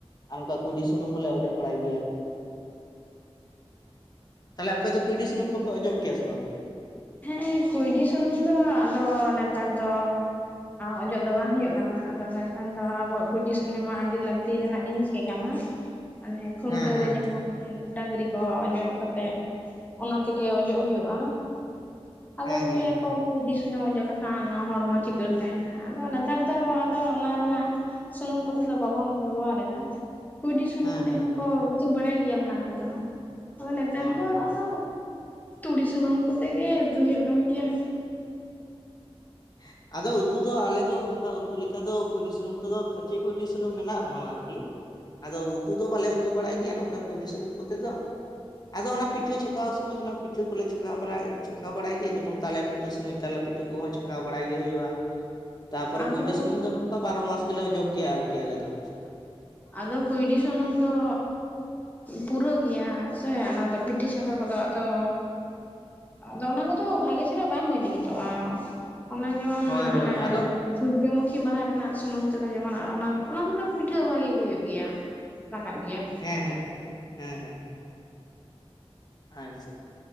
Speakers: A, on the left; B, on the left.
A: ᱟᱨ ᱚᱱᱠᱟ ᱠᱩᱩᱭᱰᱤ ᱥᱩᱱᱩᱢ ᱦᱚᱸᱞᱮ ᱚᱡᱚᱜ ᱵᱟᱲᱟᱭ ᱜᱮᱭᱟ᱾ ᱛᱟᱞᱦᱮ ᱟᱯᱮ ᱫᱚ ᱠᱩᱭᱰᱤ ᱥᱩᱱᱩᱢ ᱠᱚᱯᱮ ᱚᱡᱚᱜ ᱜᱮᱭᱟ ᱥᱮ ᱵᱟᱝ?
B: ᱦᱮᱸ ᱠᱩᱸᱭᱰᱤ ᱥᱩᱱᱩᱢ ᱫᱚ ᱟᱫᱚ ᱱᱮᱛᱟᱨ ᱫᱚ ᱚᱡᱚᱜ ᱫᱚ ᱵᱟᱝ ᱦᱩᱭᱩᱜ ᱠᱟᱱᱟ ᱟᱫᱚ ᱢᱮᱱᱠᱷᱟᱱ ᱫᱚ ᱟᱵᱚᱣᱟᱜ ᱠᱩᱭᱰᱤ ᱥᱩᱱᱩᱢ ᱢᱟ ᱟᱹᱰᱤ ᱞᱟᱹᱠᱛᱤ ᱨᱮᱱᱟᱜ ᱡᱤᱱᱤᱥ ᱜᱮ ᱠᱟᱱᱟ ᱚᱱᱮ ᱠᱷᱩᱱᱴᱟᱹᱣ
A: ᱦᱮᱸ ᱦᱮᱸ
B: ᱨᱮ ᱡᱮᱢᱚᱱ ᱰᱟᱹᱝᱨᱤ ᱠᱚ ᱚᱡᱚᱜ ᱠᱟᱛᱮᱜ ᱚᱱᱟ ᱛᱮᱜᱮ ᱚᱡᱚᱜ ᱦᱳᱭᱳᱜᱼᱟ᱾ ᱟᱫᱚ
A: ᱦᱮᱸ ᱦᱮᱸ
B: ᱞᱟᱹᱭ
A: ᱦᱮᱸ
B: ᱟᱠᱚ ᱠᱩᱭᱰᱤ ᱥᱩᱱᱩᱢ ᱚᱡᱚᱜ ᱞᱮᱠᱷᱟᱱ ᱦᱚᱲᱢᱚ ᱪᱤᱠᱟᱹᱲ ᱛᱟᱦᱮᱱᱟ ᱟᱫᱚ ᱱᱮᱛᱟᱨ ᱫᱚ ᱟᱫᱚ ᱚᱱᱟ ᱨᱮᱱᱟᱜ ᱥᱩᱱᱩᱢ ᱠᱚᱛᱮ ᱫᱚ ᱵᱟᱵᱚᱱ ᱵᱮᱵᱚᱦᱟᱨ ᱮᱫᱟ ᱠᱩᱸᱭᱰᱤ ᱥᱩᱱᱩᱢ
A: ᱦᱮᱸ
B: ᱛᱮᱦᱚᱸ
A: ᱦᱮᱸ ᱦᱮᱸ ᱦᱮᱸ
B: ᱠᱚ ᱩᱛᱩ ᱵᱟᱲᱟᱭ ᱜᱮᱭᱟ ᱞᱟᱦᱟ ᱛᱮᱫᱚ ᱟᱫᱚ ᱱᱮᱛᱟᱨ
A: ᱦᱳᱭ
B: ᱫᱚ
A: ᱦᱳᱭ
B: ᱟᱫᱚ ᱛᱩᱲᱤ ᱥᱩᱱᱩᱢ ᱠᱚᱛᱮ ᱜᱮ ᱩᱛᱩ ᱦᱩᱭᱩᱜ ᱠᱟᱱ ᱜᱮᱭᱟ᱾
A: <inaudible> ᱟᱫᱚ ᱩᱛᱩ ᱫᱚ ᱟᱞᱮ ᱫᱚ ᱱᱚᱝᱠᱟ ᱩᱛᱩ ᱞᱮᱠᱟ ᱫᱚ ᱠᱩᱸᱭᱰᱤ ᱥᱩᱱᱩᱢ ᱛᱮᱫᱚ ᱠᱷᱟᱪᱮ ᱠᱩᱸᱭᱰᱤ ᱥᱩᱱᱩᱢ ᱢᱮᱱᱟᱜ ᱨᱮᱦᱚᱸ ᱟᱨᱠᱤ ᱟᱫᱚ ᱩᱛᱩ ᱫᱚ ᱵᱟᱞᱮ ᱩᱛᱩ ᱵᱟᱲᱟᱭ ᱜᱮᱭᱟ ᱱᱚᱝᱠᱟ ᱠᱩᱸᱭᱰᱤ ᱥᱩᱱᱩᱢ ᱠᱚᱛᱮ ᱫᱚ ᱟᱫᱚ ᱚᱱᱟ ᱯᱤᱴᱷᱟᱹ ᱪᱷᱟᱸᱠᱟᱣ ᱥᱚᱢᱚᱭ ᱚᱱᱟ ᱯᱤᱴᱷᱟᱹ ᱠᱚᱞᱮ ᱪᱷᱟᱸᱠᱟᱶ ᱵᱟᱲᱟᱭ ᱪᱷᱟᱸᱠᱟᱣ ᱵᱟᱲᱟᱭ ᱜᱮᱭᱟ ᱡᱮᱢᱚᱱ ᱛᱟᱞᱮ ᱯᱤᱴᱷᱟᱹ ᱥᱚᱢᱚᱭ ᱛᱟᱞᱮ ᱯᱤ ᱴᱷᱟᱹ ᱠᱚᱦᱚᱸ ᱪᱷᱟᱸᱠᱟᱣ ᱵᱟᱲᱟ ᱜᱮ ᱦᱩᱭᱩᱜᱼᱟ ᱛᱟᱯᱚᱨᱮ
B: ᱟᱫᱚ
A: ᱠᱩᱸᱭᱰᱤ ᱥᱩᱱᱩᱢ ᱫᱚ ᱱᱚᱝᱠᱟ ᱵᱟᱨᱚ ᱢᱟᱥ ᱜᱮᱞᱮ ᱚᱡᱚᱜ ᱜᱮᱭᱟ ᱟᱨᱠᱤ ᱟᱞᱮ ᱫᱚ᱾
B: ᱟᱫᱚ ᱠᱩᱸᱭᱰᱤ ᱥᱩᱱᱩᱢ ᱫᱚ ᱯᱩᱨᱟᱹ ᱜᱮᱭᱟ ᱥᱮ ᱚᱱᱟᱫᱚ ᱯᱤ ᱴᱷᱟᱹ ᱪᱷᱟᱸᱣᱠᱟ ᱠᱚᱫᱚ ᱟᱫᱚ ᱟᱫᱚ ᱚᱱᱟ ᱠᱚᱫᱚ ᱵᱷᱟᱜᱮ ᱪᱮᱦᱨᱟ ᱵᱟᱝ ᱦᱩᱭ ᱞᱟᱹᱜᱤᱫᱚᱜᱼᱟ ᱚᱱᱟ ᱡᱮᱢᱚᱱ
A: ᱦᱳᱭ ᱦᱳᱭ
B: ᱚᱱᱮ
A: ᱟᱫᱚ
B: ᱥᱩᱨᱡᱚᱢᱩᱠᱷᱤ ᱵᱟᱦᱟ ᱨᱮᱱᱟᱜ ᱥᱩᱱᱩᱢ ᱛᱮᱫᱚ ᱡᱮᱢᱚᱱ ᱚᱱᱟ ᱛᱮᱫᱚ ᱯᱤᱴᱷᱟᱹ ᱵᱷᱟᱜᱮ ᱜᱮ ᱦᱩᱭᱩᱜ ᱜᱮᱭᱟ᱾ ᱨᱟᱠᱟᱵᱟ ᱜᱮᱭᱟ᱾
A: ᱦᱮᱸ ᱦᱮᱸ ᱦᱮᱸ ᱦᱮᱸ᱾ ᱟᱪᱪᱷᱟ ᱟᱪᱪᱷᱟ